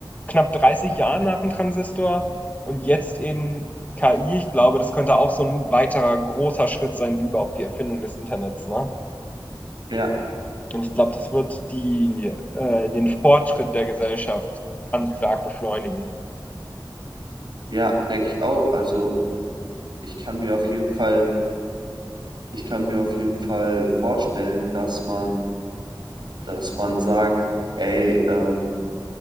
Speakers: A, on the left; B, on the right.
A: knapp 30 Jahren nach dem Transistor und jetzt eben KI. Ich glaube, das könnte auch so ein weiterer großer Schritt sein, wie überhaupt die Erfindung des Internets, ne?
B: ja,
A: Und ich glaube, das wird die, äh, den Fortschritt der Gesellschaft ganz stark beschleunigen.
B: ja, denke ich auch. Also, ich kann mir auf jeden Fall, ich kann mir auf jeden Fall vorstellen, dass man, dass man sagt, ey, ähm,